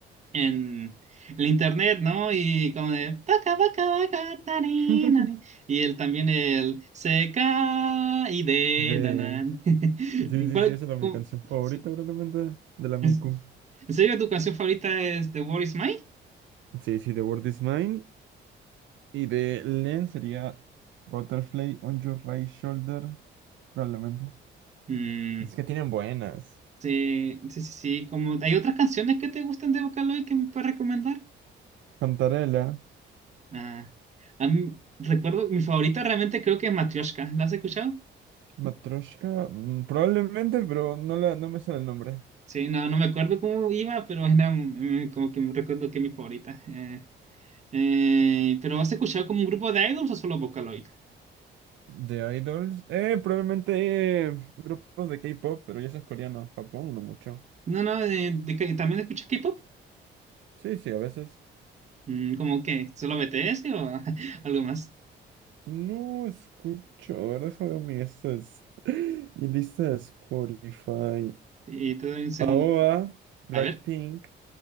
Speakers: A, on the right (about 35°); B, on the right (about 70°).
A: en el internet, ¿no? Y como de "Vaca, vaca, vaca, tari,
B: <laughs>
A: nari". Y él también el se y de
B: De...
A: danan. <laughs>
B: Sí,
A: ¿Y
B: sí,
A: cuál?
B: sí, esa era mi
A: cómo-
B: canción favorita
A: sí.
B: probablemente, de la Miku.
A: ¿En en serio tu canción favorita es The World Is Mine?
B: Sí, sí, The World Is Mine. Y de Len sería Butterfly on Your Right Shoulder, probablemente.
A: Mm,
B: Es que tienen buenas.
A: sí, sí, sí, sí. Como, ¿hay otras canciones que te gustan de Vocaloid que me puedes recomendar?
B: Cantarela.
A: Ah, a mí- recuerdo, mi favorita realmente creo que es Matryoshka. ¿La has escuchado?
B: Matryoshka, mm, probablemente, pero no, la, no me sale el nombre.
A: Sí, no, no me acuerdo cómo iba, pero era mm, como que me recuerdo que es mi favorita. eh, Eh, pero ¿has escuchado como un grupo de idols o solo Vocaloid?
B: De Idols. Eh, probablemente eh, grupos de K-pop, pero ya eso es coreano. Japón, no mucho.
A: No, no, eh, de que- ¿también escuchas K-pop?
B: Sí, sí, a veces.
A: Mm, ¿Cómo que? ¿Solo BTS o <laughs> algo más?
B: No escucho. A ver, déjame ver mi, esto es- <gasps> mi lista de Spotify.
A: Y te doy un segundo.
B: AOA, Blackpink.
A: A ver.